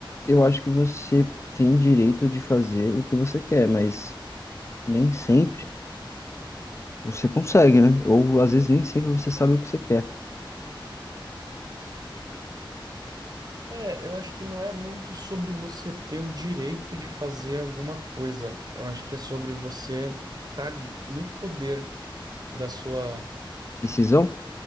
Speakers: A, on the left; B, on the right.
A: eu acho que você tem direito de fazer o que você quer, mas nem sempre você consegue, né? Ou às vezes nem sempre você sabe o que você quer.
B: É, eu acho que não é muito sobre você ter o direito de fazer alguma coisa. Eu acho que é sobre você estar no poder da sua,
A: Decisão?